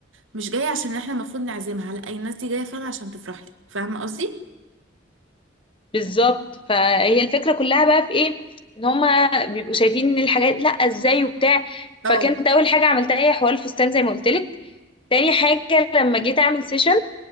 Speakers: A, on the right (about 85°); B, on the left (about 25°).
A: مش جاية عشان احنا المفروض نعزمها لا الناس دي جاية فعلا عشان تفرح لي فاهمة قصدي؟
B: بالظبط فهي الفكرة كلها بقى في ايه ان هما بيبقوا شايفين ان الحاجات لا ازاي وبتاع
A: اه
B: فكانت اول حاجة عملتها هي حوار الفستان زي ما قلت لك تاني حاجة لما جيت اعمل سيشن